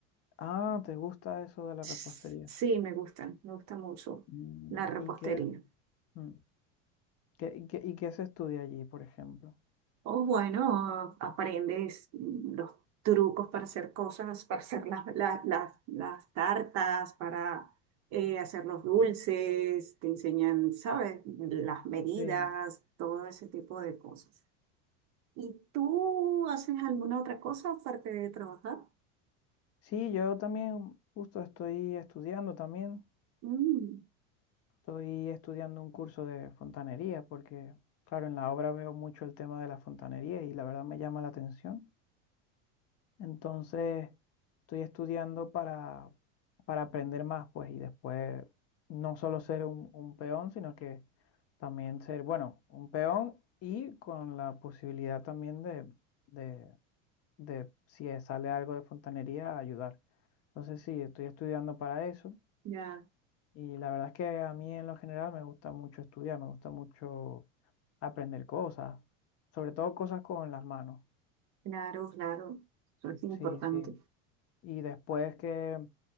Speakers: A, on the left; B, on the right.
A: Ah, ¿te gusta eso de la
B: S-
A: repostería?
B: Sí, me gustan, me gusta mucho
A: Mm,
B: la repostería.
A: ¿Y qué, mm, qué- y qué, y qué se estudia allí, por ejemplo?
B: O bueno, aprendes los trucos para hacer cosas, para hacer las, la- las, las tartas, para eh, hacer los dulces,
A: Mm.
B: te enseñan, ¿sabes? Las medidas,
A: Sí.
B: todo ese tipo de cosas. ¿Y tú haces alguna otra cosa aparte de trabajar?
A: Sí, yo también justo estoy estudiando también.
B: Mm,
A: Estoy estudiando un curso de fontanería porque, claro, en la obra veo mucho el tema de la fontanería y la verdad me llama la atención. Entonces, estoy estudiando para, para aprender más, pues, y después no solo ser un, un peón, sino que también ser, bueno, un peón y con la posibilidad también de, de, de si sale algo de fontanería, ayudar. Entonces, sí, estoy estudiando para eso.
B: ya,
A: Y la verdad es que a mí en lo general me gusta mucho estudiar, me gusta mucho aprender cosas, sobre todo cosas con las manos.
B: claro, claro, eso es importante.
A: Sí, sí. Y después que,